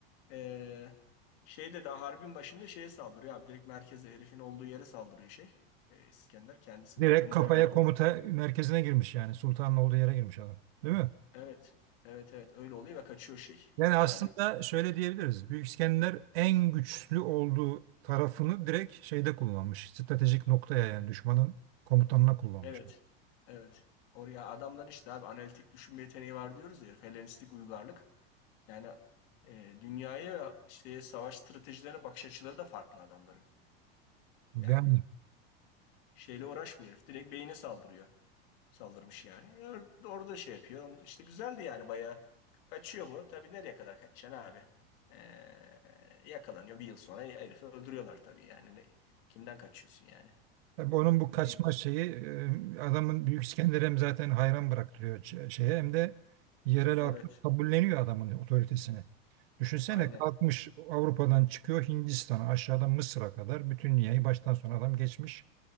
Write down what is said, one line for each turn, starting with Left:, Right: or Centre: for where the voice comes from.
Left: Ee, şeyde daha harbin başında şeye saldırıyor abi. Direkt merkeze herifin olduğu yere saldırıyor şey. Ee, İskender kendisi
Right: Direkt
Left: önde.
Right: Doğru. kafaya
Left: olan-
Right: komuta merkezine girmiş yani. Sultanın olduğu yere girmiş adam. Değil mi?
Left: Evet. Evet evet öyle oluyor ve kaçıyor şey.
Right: Yani aslında
Left: Darius.
Right: şöyle diyebiliriz. Büyük İskender en güçlü olduğu tarafını direkt şeyde kullanmış. Stratejik noktaya yani düşmanın komutanına kullanmış.
Left: Evet. Evet. Oraya adamların işte abi analitik düşünme yeteneği var diyoruz ya. herif, Helenistik uygarlık. Yani e, dünyaya ve işte savaş stratejilerine bakış açıları da farklı adamların.
Right: Yani
Left: Yani şeyle uğraşmıyor herif. Direkt beyine saldırıyor. Saldırmış yani. Orada, orada şey yapıyor. İşte güzeldi yani bayağı. Kaçıyor bu. Tabii nereye kadar kaçacaksın abi? Ee, yakalanıyor. Bir yıl sonra herifi öldürüyorlar tabii yani. Ne- kimden kaçıyorsun yani?
Right: tabii onun bu kaçma
Left: Neyse,
Right: şeyi e, adamın Büyük İskender hem zaten hayran bıraktırıyor ç- şeye hem de yerel halk
Left: Evet.
Right: kabulleniyor adamın otoritesini. Düşünsene
Left: Aynen.
Right: kalkmış Avrupa'dan çıkıyor Hindistan'a aşağıdan Mısır'a kadar bütün dünyayı baştan sona adam geçmiş.